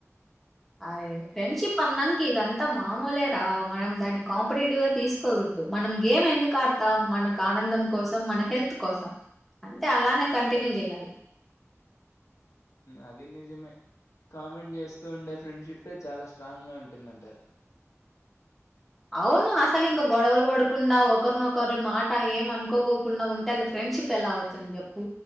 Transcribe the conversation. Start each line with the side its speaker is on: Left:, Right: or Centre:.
Centre: అరే ఫ్రెండ్షిప్ అన్నాంనికి ఇదంతా మామూలే రా మనం దాన్ని కాంపిటేటివ్ గా తీసుకోకూడదు మనం గేమ్ ఎందుకు ఆడతాం మనకు ఆనందం కోసం మన హెల్త్ కోసం అంటే అలానే కంటిన్యూ చేయాలి
Left: అది నిజమే కామెంట్ చేస్తూ ఉండే ఫ్రెండ్షిప్ చాలా స్ట్రాంగ్గా ఉంటుంద అంటారు
Centre: అవును అసలు ఇంకా గొడవలు పడకుండా ఒకరినొకరి మాట ఏమ అనుకోకోకుండా ఉంటే అది ఫ్రెండ్షిప్ ఎలా అతుంది చెప్పు